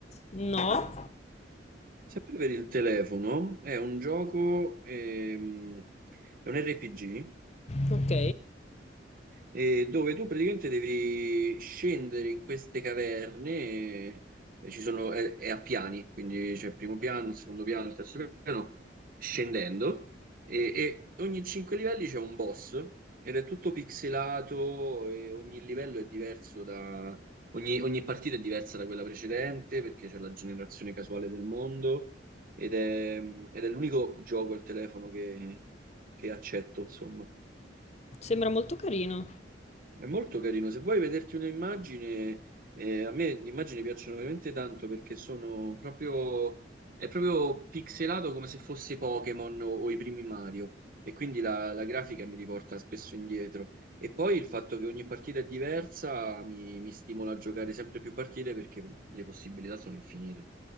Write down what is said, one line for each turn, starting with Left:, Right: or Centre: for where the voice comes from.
Left: No?
Right: Sempre per il telefono, è un gioco, ehm, è un RPG
Left: Ok.
Right: eh, dove tu praticamente devi scendere in queste caverne, eh, e ci sono, è, è a piani, quindi c'è il primo piano, il secondo piano, il terzo piano, scendendo, e, e ogni cinque livelli c'è un boss, ed è tutto pixelato, e ogni livello è diverso da... Ogni, ogni partita è diversa da quella precedente, perché c'è la generazione casuale del mondo, ed è, ed è l'unico gioco al telefono che che accetto, insomma.
Left: Sembra molto carino.
Right: È molto carino. Se vuoi vederti un'immagine, eh, a me le immagini piacciono veramente tanto perché sono proprio, è proprio pixelato come se fosse Pokémon o, o i primi Mario. E quindi la, la grafica mi riporta spesso indietro. E poi il fatto che ogni partita è diversa mi, mi stimola a giocare sempre più partite perché le possibilità sono infinite.